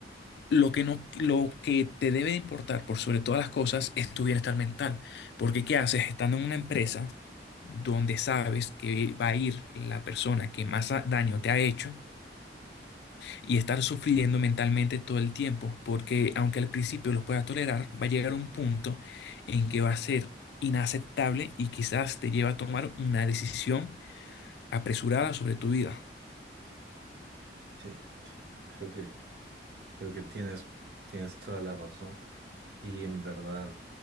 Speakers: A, on the left; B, on the right.
A: Lo que no, lo que te debe importar por sobre todas las cosas es tu bienestar mental. Porque ¿qué haces estando en una empresa donde sabes que va a ir la persona que más a- daño te ha hecho y estar sufriendo mentalmente todo el tiempo? Porque aunque al principio los puedas tolerar, va a llegar un punto en que va a ser inaceptable y quizás te lleva a tomar una decisión apresurada sobre tu vida.
B: Sí, creo que, creo que tienes, tienes toda la razón. Y en verdad,